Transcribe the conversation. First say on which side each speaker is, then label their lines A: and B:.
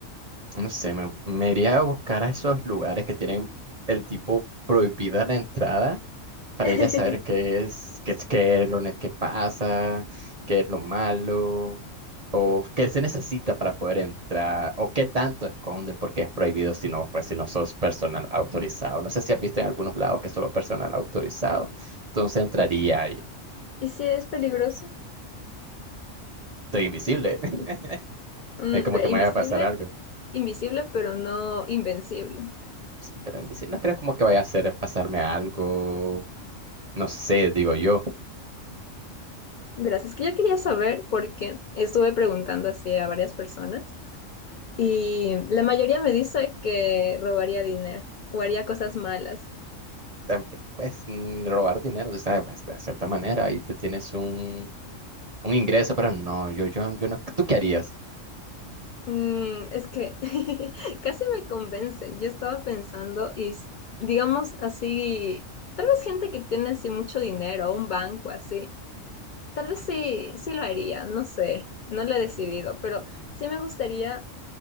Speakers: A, on the right; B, on the left.
A: No sé, me, me iría a buscar a esos lugares que tienen el tipo prohibida la entrada para
B: <laughs>
A: ir a saber qué es, qué es, qué es lo ne- qué pasa, qué es lo malo. qué se necesita para poder entrar o qué tanto esconden porque es prohibido si no, pues si no sos personal autorizado. No sé si has visto en algunos lados que solo personal autorizado. Entonces entraría y
B: ¿Y si es peligroso?
A: estoy invisible. <laughs>
B: Mm,
A: Es como
B: ve,
A: que me
B: invisible,
A: vaya a pasar algo.
B: invisible, pero no invencible.
A: Sí, pero invisible. No creo como que vaya a hacer pasarme algo. No sé, digo yo.
B: Verás, es que yo quería saber porque estuve preguntando así a varias personas y la mayoría me dice que robaría dinero o haría cosas malas.
A: También, pues mm, robar dinero, tú sabes, pues de cierta manera ahí te tienes un, un ingreso, pero no, yo, yo, yo no. ¿Tú qué harías?
B: Mm, es que <laughs> casi me convencen. Yo estaba pensando, y s- digamos así, tal vez gente que tiene así mucho dinero, un banco así, tal vez sí, sí lo haría, no sé, no lo he decidido, pero sí me gustaría